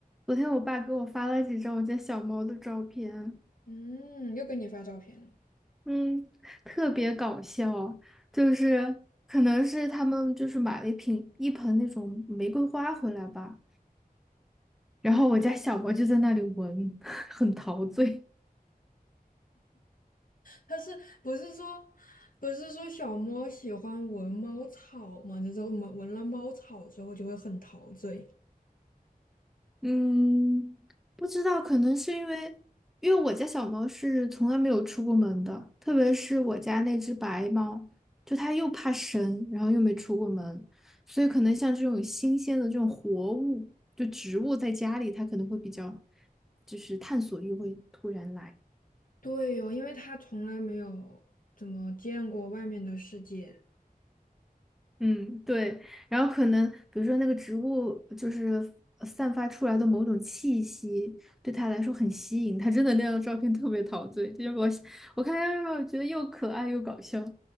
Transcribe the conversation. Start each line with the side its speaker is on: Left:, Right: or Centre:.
Centre: 昨天我爸给我发了几张我家小猫的照片，
Left: 嗯，又给你发照片了。
Centre: 嗯，特别搞笑，就是可能是他们就是买了一瓶一盆那种玫瑰花回来吧，然后我家小猫就在那里闻，
Left: 嗯，
Centre: <laughs> 很陶醉。
Left: 他是不是说不是说小猫喜欢闻猫草嘛？就是闻闻了猫草之后就会很陶醉。
Centre: 嗯，不知道，可能是因为，因为我家小猫是从来没有出过门的，特别是我家那只白猫，就它又怕生，然后又没出过门，所以可能像这种新鲜的这种活物，就植物在家里，它可能会比较，就是探索欲会突然来。
Left: 对哦，因为它从来没有怎么见过外面的世界。
Centre: 嗯，对，然后可能比如说那个植物就是呃散发出来的某种气息，对他来说很吸引，他真的那张照片特别陶醉，就是我我看他让我觉得又可爱又搞笑。